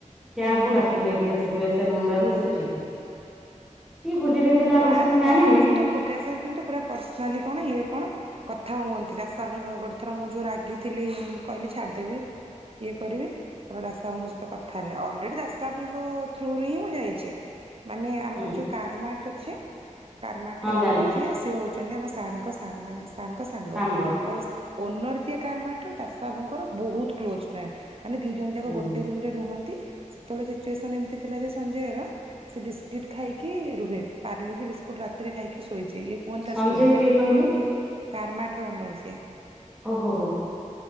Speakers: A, in the centre; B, on the right.
A: କ୍ୟାଙ୍କ
B: ହୁଁ
A: କୁ ଡା କି ନେଇଥିଲେ ସେଠୁ ଏସ୍ ଏନ୍ ହୁଣ୍ଡାରୁ ସେଠିକି, କିଏ ବୁଦ୍ଧି ଦେଇଥିଲା
B: ସାର୍
A: ଅବଶ୍ୟ ମୁଁ
B: ସାର୍
A: ଜାଣିନି
B: କିନ୍ତୁ ଟୁକା ସାର୍ କିନ୍ତୁ ପୁରା ପର୍ସନାଲି କଣ ଇଏ କଣ କଥା ହୁଅନ୍ତି, ଦାସ ବାବୁଙ୍କ ଗୋଟେ ଥର ମୁଁ ଯୋଉ ରାଗିଥିଲି ମୁଁ କଇଲି ଛାଡ଼ିଦେବି ଇଏ କରିବି, ତାପରେ ଦାସ ବାବୁଙ୍କ ସ ତ କଥା ହେଲେ ଅଲରେଡି ଦାସ ବାବୁଙ୍କ ଥ୍ରୁରୁ ହିଁ ମୁଁ ଯାଇଛି, ମାନେ ଆମର
A: ହଁ
B: ଯୋଉ କାର୍ମା ଟଛି କର୍ମାଟ
A: ହଁ
B: ର ଓନର୍
A: ଜାଣିଛି
B: ଯିଏ, ସିଏ ହୋଉଛନ୍ତି ଆମ ସାର୍ ଙ୍କ ସାଙ୍ଗ ମାନେ ସାର୍ ଙ୍କ ସା ତାଙ୍ଗ
A: ସାଙ୍ଗ
B: ଆଉ ସ୍ ଓନର ଯିଏ କାର୍ମାଟ ର, ଦାସ ବାବୁଙ୍କର ବୋହୁତ୍ କ୍ଲୋଜ୍ ଫ୍ରେଣ୍ଡ୍। ମାନେ ଦି ଜଣ ଯାକ
A: ହୁଁ
B: ଗୋଟେ ରୁମ୍ ରେ ରୁହନ୍ତି ସେତେବେଳେ ସିଚୁଏସନ୍ ଏମିତି ଥିଲା ଯେ ସଞ୍ଜୟର, ସେ ବିସ୍କିଟ୍ ଖାଇକି ରୁହେ। ପାର୍ଲିଜି ବିସ୍କୁଟ୍ ରାତିରେ ଖାଇକି ଶୋଇଛି ଇଏ କୁହନ୍ତି ତା
A: ସଞ୍ଜୟ
B: ଷ୍ଟୋରିଟା।
A: କିଏ କହିଲେ?
B: କାର୍ମାଟ୍ ର ଓନର ସିଏ।
A: ଓ ହୋ ହୋ।